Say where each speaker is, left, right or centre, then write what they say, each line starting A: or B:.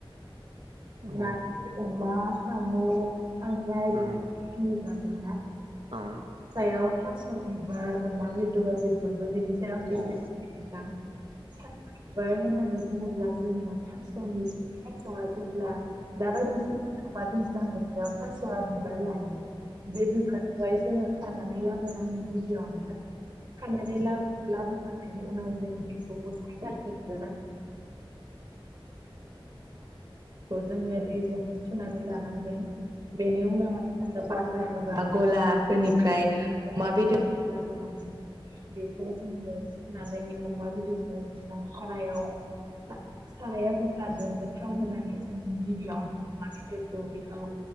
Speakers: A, on the right (about 75°); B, on the right (about 45°).
A: औ
B: नारजि अमा साम' खांख्राय
A: औ
B: बिदि होन जादों ना
A: औ
B: सायाव थास' बिबार अमा बेदर फोरबो बिनि सायाव आं एसे
A: औ
B: <unintelligible> बुंङोब्ला जोंङो। थास'नि फासस'आ जेब्ला दाबायदिसो बा दैज्लां बोथोराव थास'आ बिबार लायो बे बिबारखौ हाय जोंङो खानानै लाबोनांगोन गिबियावनो खानानै लाबोखांनायनि उनाव जों बेखौबो सोनांगोन। <unintelligible> जोंङो दैजों सुनानै लानांगोन बेनि उनावहाय बाजारबा गलाब फोरनिफ्राय अमा बेदर लाबोनानै बेखौ जोंङो सुनानै अमा बेदर सारायाव सारायाव जेब्ला दुंङो थाव होनानै जोंङो गिबियावनो अमा बेदखौ बेयाव